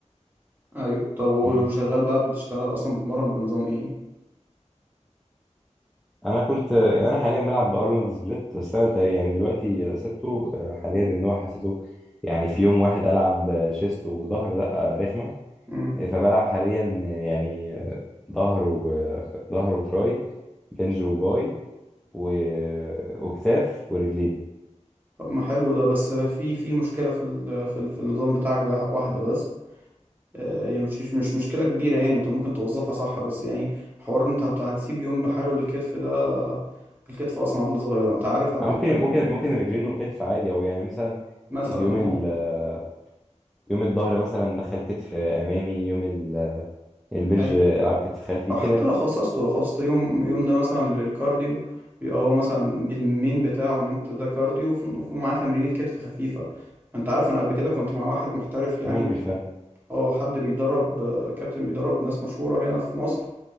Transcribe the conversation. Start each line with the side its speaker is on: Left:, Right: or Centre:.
Right: ايوه طب وشغال
Centre: مهم.
Right: بقى بتشتغل اصلا بتتمرن بنظام ايه
Centre: انا كنت يعني انا حاليا بلعب بارنولد سبليت بس انا تقريبا يعني دلوقتي سبته آه، حاليا لان هو حسيته يعني في يوم واحد العب آه، شيست وظهر لا آه، رخمه
Right: امم
Centre: آه، فبلعب حاليا آه، يعني آه، ظهر وظهر وتراي بنج وباي و... وكتاف ورجلين
Right: طب ما حلو ده بس في في مشكلة في ال في, ال في النظام بتاعك ده واحدة بس آه، يعني مش مش مشكلة كبيرة يعني انت ممكن توظفها صح بس يعني حوار إن انت هت- هتسيب يوم بحاله للكتف ده آه، الكتف اصلا عضلة صغيرة انت عارف قبل
Centre: أو ممكن
Right: كده
Centre: ممكن ممكن رجلين وكتف عادي او يعني مثلا
Right: مثلا
Centre: يوم
Right: اه
Centre: ال آه، يوم الظهر مثلا دخل كتف امامي يوم ال- البنج
Right: ايوه
Centre: العب كتف خلفي
Right: او
Centre: كده
Right: حتى
Centre: يعني
Right: لو خصصته لو خصصت يوم يوم ده مثلا للكارديو بيبقى هو مثلا المين بتاعه ان انت ده كارديو وف- ومعاه تمرينة كتف خفيفة انت عارف انا قبل كده كنت مع واحد محترف يعني
Centre: ممكن فعلا
Right: اه حد بيدرب آه، كابتن بيدرب ناس مشهورة هنا في مصر